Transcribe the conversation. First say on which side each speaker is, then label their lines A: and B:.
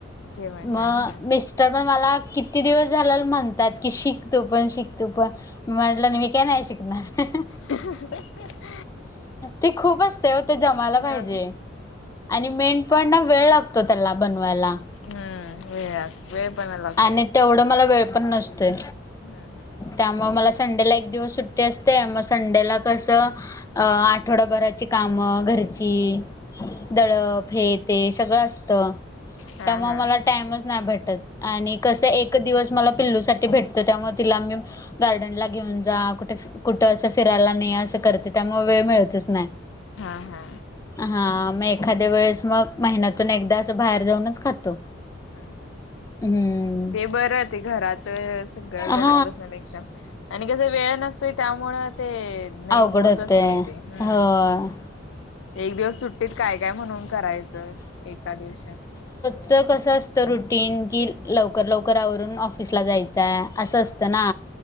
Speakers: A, on the left (about 75°); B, on the left (about 15°).
A: जेवण
B: मग
A: हा हा
B: मेस तर पण मला किती दिवस झालं म्हणतात की, शिक तु पण शिक तु पण. म्हटलं मी काय नाही शिकणार.
A: ह <unintelligible>
B: ते खूप असतय ओ ते जमायला
A: हा
B: पायजे. आणि मेंन पण ना वेळ लागतो त्याला बनवायला
A: हम्म,, वेळ, वेळ पण लागत
B: आणि तेवढं मला वेळ पण नसतोय.
A: हं हं.
B: त्यामुळं मला संडेला एक दिवस सुट्टी असते,, मग संडेला
A: हम्म
B: कसं अ आठवडाभराची कामं घरची, दळफ
A: हा
B: हे ते सगळं असतं,,
A: हा
B: त्यामुळं
A: हा
B: मला टाइमच नाही भेटत. आणि कसं एक दिवस मला पिल्लूसाठी भेटतं, त्यामुळं तिला मी गार्डन ला घेऊन जा, कुठं फि कुठं असं फिरायला ने असं करते,, त्यामुळं वेळ मिळतच नाही.
A: हा हा.
B: हा म एखाद्या वेळेस मग, महिन्यातून एकदा असं बाहेर जाऊनच खातो.
A: हम्म हम्म हम्म.
B: हम्म
A: ते बरं, ते घरात सगळं
B: हा
A: घरात बसण्यापेक्षा आणि कसं वेळ नसतोय त्यामुळं ते नाही,
B: अवघड
A: होतच
B: होतय
A: नाही ते, हम्म.
B: होय.
A: एक दिवस सुट्टीत काय काय म्हणून करायचं,, एका दिवसात.
B: च कसं असतं रुटीन, कि लवकर लवकर आवरून ऑफिस ला जाय त्या असं असतं
A: हा
B: ना